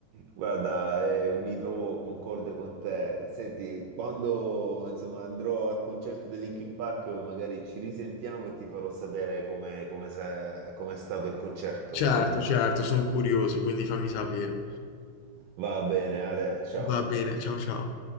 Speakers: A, on the right (about 80°); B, on the left (about 80°).
A: guarda, eh, mi trovo concorde con te. Senti, quando, insomma, andrò al concerto di Linkin Park, magari ci risentiamo e ti farò sapere come come sa- com'è stato il concerto,
B: Certo,
A: va bene?
B: certo, sono curioso, quindi fammi sapere.
A: Va bene, Ale, ciao.
B: Va bene, ciao ciao.